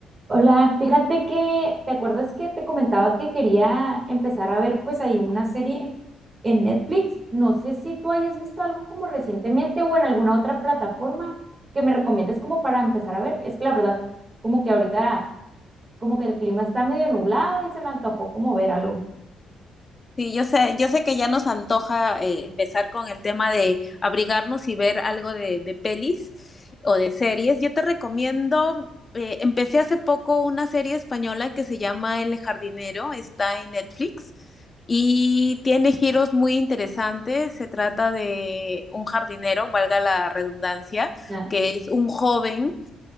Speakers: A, on the right; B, on the left.
A: Hola, fíjate que, ¿te acuerdas que te comentaba que quería empezar a ver pues ahí una serie en Netflix? No sé si tú hayas visto algo como recientemente o en alguna otra plataforma que me recomiendes como para empezar a ver. Es que la verdad, como que ahorita, como que el clima está medio nublado y se me antojó como ver algo.
B: Sí, yo sé, yo sé que ya nos antoja eh, empezar con el tema de abrigarnos y ver algo de, de pelis o de series. Yo te recomiendo, eh, empecé hace poco una serie española que se llama El Jardinero, está en Netflix y tiene giros muy interesantes. Se trata de un jardinero, valga la redundancia,
A: Ah.
B: que es un joven